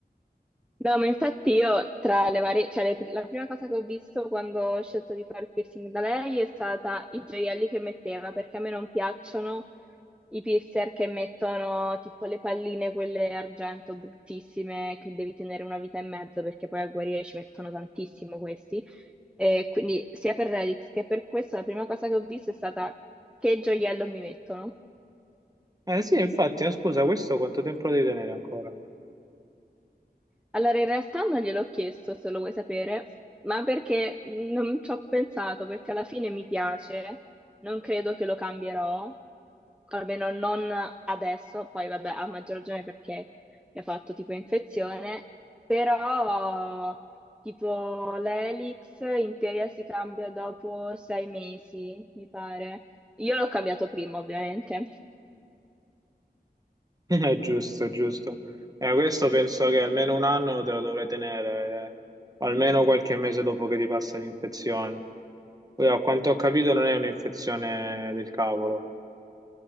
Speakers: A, in the centre; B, on the right (about 20°).
A: No, ma infatti io tra le varie, cioè le pr- la prima cosa che ho visto quando ho scelto di fare il piercing da lei è stata i gioielli che metteva, perché a me non piacciono i piercer che mettono tipo le palline, quelle argento bruttissime, che devi tenere una vita e mezzo, perché poi a guarire ci mettono tantissimo questi. E quindi sia per Relix che per questo la prima cosa che ho visto è stata che gioiello mi mettono.
B: Eh sì, infatti, eh, scusa, questo quanto tempo lo devi tenere ancora?
A: Allora, in realtà non gliel'ho chiesto se lo vuoi sapere, ma perché non ci ho pensato, perché alla fine mi piace, non credo che lo cambierò, almeno non adesso, poi vabbè, a maggior ragione perché mi ha fatto tipo infezione, però tipo l'elix in teoria si cambia dopo sei mesi, mi pare. Io l'ho cambiato prima, ovviamente.
B: <laughs> È giusto, è giusto. Eh, questo penso che almeno un anno te lo dovrai tenere, eh, o almeno qualche mese dopo che ti passa l'infezione. Poi, a quanto ho capito, non è un'infezione del cavolo.